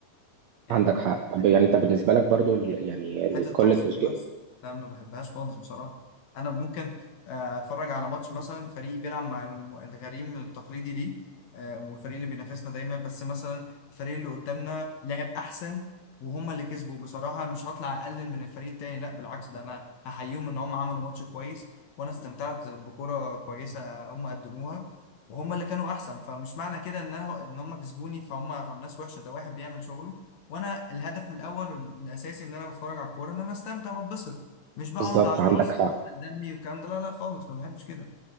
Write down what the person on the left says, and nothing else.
يعني
حته التعصب
دي بس لا ما بحبهاش خالص بصراحه انا ممكن آه، اتفرج على ماتش مثلا فريق بيلعب مع الم- الغريم التقليدي ليه آه، والفريق اللي بينافسنا دايما بس مثلا الفريق اللي قدامنا لعب احسن وهم اللي كسبوا بصراحه مش هطلع اقلل من الفريق التاني لا بالعكس ده انا هحييهم ان هم عملوا ماتش كويس وانا استمتعت بكره كويسه هم قدموها وهم اللي كانوا احسن فمش معنى كده ان انا ان هم كسبوني فهم ناس وحشه ده واحد بيعمل شغله وانا الهدف الاول الاساسي ان انا بتفرج على الكوره ان انا استمتع واتبسط مش بقى
اقعد على
اتعصب
واحرق دمي والكلام ده لا لا خالص ما بحبش كده